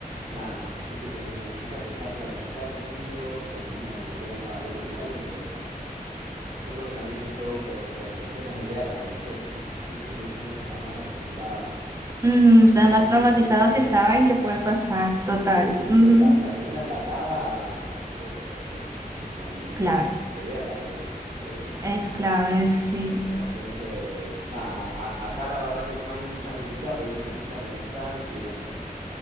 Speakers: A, on the right; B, on the right.
A: nada, viste, porque me, me puse a pensar, claro, en Estados Unidos o mismo en Europa hay otros lugares donde yo creo que también es todo por, por cuestiones de guerra, viste, son, son civilizaciones que están más acostumbradas a,
B: ujú, Están
A: a tener
B: más traumatizados
A: situaciones de guerra.
B: y saben que puede pasar, total.
A: Sí, viste,
B: ujú.
A: la, la comida enlatada eh, es, es un alimento
B: Clave,
A: de, de guerra, digamos. eh,
B: es clave, sí.
A: entonces, nada, a- acá la verdad que no hay mucha cultura, por eso me puse a pensar, dije, bueno,